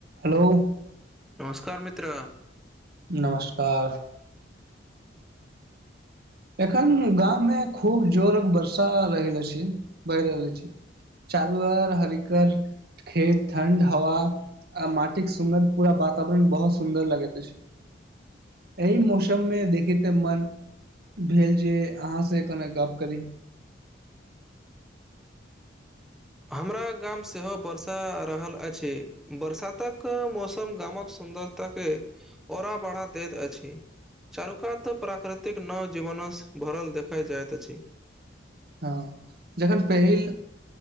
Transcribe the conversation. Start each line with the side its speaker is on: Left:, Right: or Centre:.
Right: हेलो
Centre: नमस्कार मित्र
Right: नमस्कार एखन गाम मे खूब जोर वर्षा रहल अछि रहल अछि बहि रहल अछि चारुर हरिकर खेत ठंड हवा आ माटिके सुगन्ध पूरा वातावरण बहुत सुन्दर लगैत छै। एहि मौसममे देखेती त मन भेल जे अहाँ से कने गप करी
Centre: हमरा गाम सेहो वर्षा रहल अछि बरसातक मौसम गामक सुन्दरता के ओरा बढ़ा दैत अछि चारुकात प्राकृतिक नव जीवनसँ भरल देखाइ जाइत अछि
Right: हँ जखन पहिल